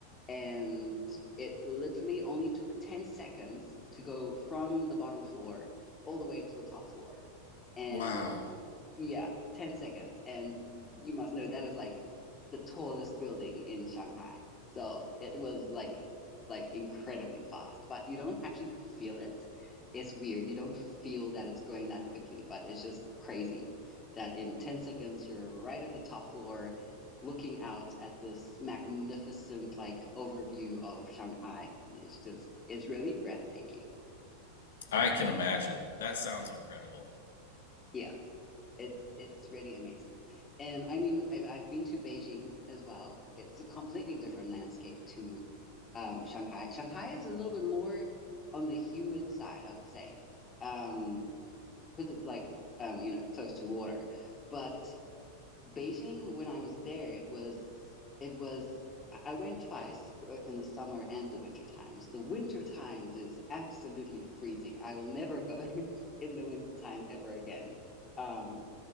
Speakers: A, on the left (about 20°); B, on the left (about 60°).
A: and it literally only took 10 seconds to go from the bottom floor all the way to the top floor. And
B: Wow,
A: yeah, 10 seconds. And you must know that is like the tallest building in Shanghai. So it was like like incredibly fast, but you don't actually feel it. It's weird. You don't feel that it's going that quickly, but it's just crazy that in 10 seconds you're right at the top floor looking out at this magnificent like overview of Shanghai and it's just it's really breathtaking.
B: I can imagine. That sounds incredible.
A: Yeah. it's it's really amazing and i mean i've, I've been to beijing as well it's a completely different landscape to um, shanghai shanghai is a little bit more on the humid side i would say um, because it's like um, you know close to water but beijing when i was there it was it was i I went twice both in the summer and the winter times the winter times is absolutely freezing i will never go <laughs> in the winter time ever again um,